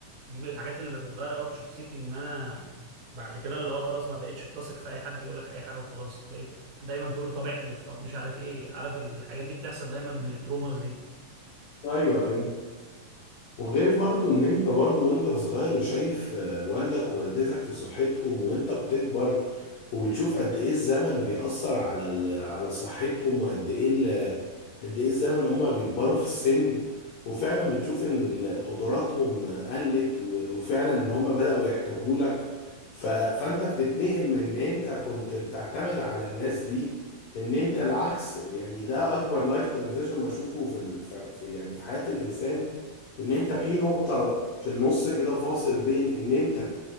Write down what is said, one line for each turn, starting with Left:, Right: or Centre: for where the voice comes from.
Right: دي من الحاجات اللي بتغير قوي في شخصيتي ان انا بعد كده اللي هو خلاص ما بقتش بتثق في اي حد يقول لك اي حاجه وخلاص بقيت دايما تقول له طب احلف طب مش عارف ايه عارف الحاجات دي بتحصل دايما من التروماز دي
Left: ايوه ايوه وغير برضو ان انت برضو وانت صغير وشايف آه، والدك ووالدتك في صحتهم وانت بتكبر وبتشوف قد ايه الزمن بيأثر على ال... على صحتهم وقد ايه ال... قد ايه الزمن هما بيكبروا في السن وفعلا بتشوف ان ال- قدراتهم قلت و... وفعلا ان هما بدأوا يحتاجوا لك ف... فانت بتتنقل من ان انت كنت بتعتمد على الناس دي ان انت العكس يعني ده اكبر لايف ترانزيشن بشوفه في ال... ف- في يعني في حياة الانسان ان انت في نقطة في النص كده فاصل بين ان انت